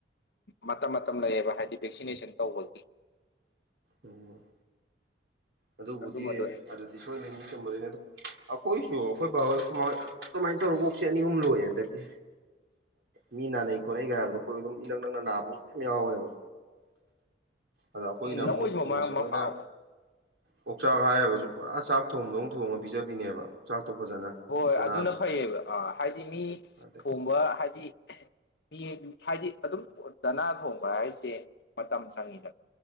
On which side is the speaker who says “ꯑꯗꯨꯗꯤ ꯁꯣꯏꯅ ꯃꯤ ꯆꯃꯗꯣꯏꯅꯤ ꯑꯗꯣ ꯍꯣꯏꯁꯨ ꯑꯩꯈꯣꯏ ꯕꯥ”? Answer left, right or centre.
Right